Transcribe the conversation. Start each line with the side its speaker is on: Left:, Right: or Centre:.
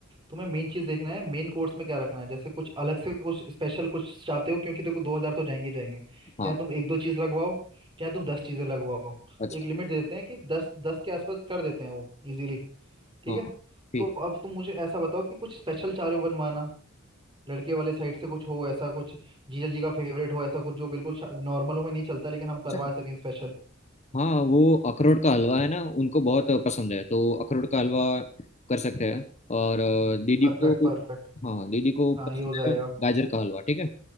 Right: तुम्हें मेन चीज़ देखना है मेन कोर्स में क्या रखना है जैसे कुछ अलग से कुछ स्पेशल कुछ चाहते हो क्योंकि देखो दो हज़ार तो जाएंगे जाएंगे
Left: हाँ
Right: चाहे तुम एक दो चीज़ लगवाओ चाहे तुम दस चीज़ें लगवाओ
Left: अच्छा
Right: एक लिमिट दे देते हैं कि दस दस के आसपास कर देते हैं वो इजीली ठीक
Left: हाँ
Right: है
Left: ठीक
Right: तो अब
Left: है
Right: तुम मुझे ऐसा बताओ कि कुछ स्पेशल चाह रहे हो बनवाना लड़के वाले साइड से कुछ हो ऐसा कुछ जीजा जी का फेवरेट हो ऐसा कुछ जो बिल्कुल नॉर्मल हो में नहीं चलता लेकिन हम करवा
Left: अच्छा
Right: सकें स्पेशल
Left: हाँ वो अखरोट का हलवा है ना उनको बहुत पसंद है तो अखरोट का हलवा कर सकते हैं और अ, दीदी
Right: Perfect
Left: को
Right: perfect
Left: हाँ दीदी को
Right: हाँ
Left: पसंद
Right: ये हो जाएगा
Left: है गाजर का हलवा ठीक है